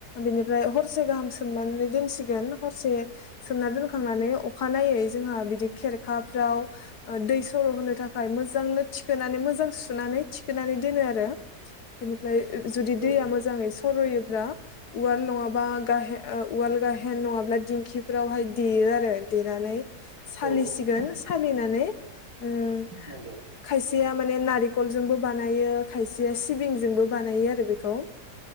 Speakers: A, on the left; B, on the right.
A: बिनिफ्राय हरसे गाहाम सोमनानै दोनसि हरसे सोमना दोनखांनानै अखानायै जोंहा बिदि खेरखाफ्राव ओ दै सर' होनो थाखाय मोजांनो थिखोनानै मोजां सुनानै थिखोनानै दोनो आरो। बेनिफ्राय जुदि
B: औ
A: दैया मोजाङै सर'योब्ला उवाल नङाबा गाहे उवाल गाहेन नङाब्ला दिंखिफोरावहाय देयो आरो देनानै सालिसिगोन
B: औ औ
A: सालिनानै ओम
B: नंगौ
A: खायसे या माने नारिकलजोंबो बानायो खायसेया सिबिंजोंबो बानायो आरो बेखौ।